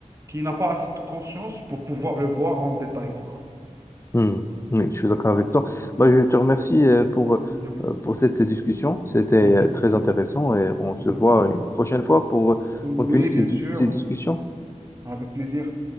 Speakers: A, on the right (about 25°); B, on the left (about 20°).
A: qui n'a pas assez de conscience pour pouvoir le voir en détail, quoi.
B: Hmm. Oui, je suis d'accord avec toi. Bah, je te remercie euh, pour,
A: Il n'y a pas de
B: euh,
A: souci.
B: pour cette discussion. C'était
A: Mhm,
B: euh, très intéressant et on se
A: mhm.
B: voit une prochaine fois pour euh,
A: Oui,
B: continuer ces
A: bien
B: dis-
A: sûr,
B: ces discussions.
A: avec plaisir.